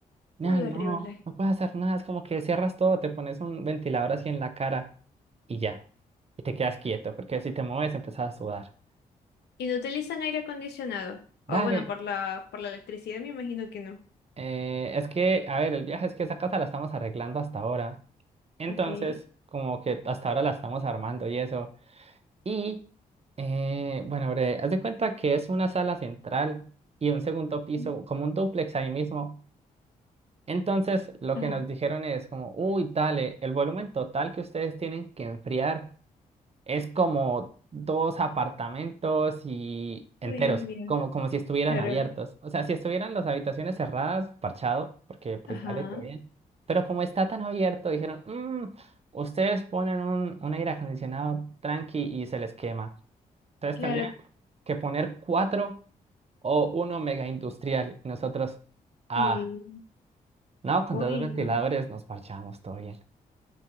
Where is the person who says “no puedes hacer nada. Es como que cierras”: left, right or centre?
Right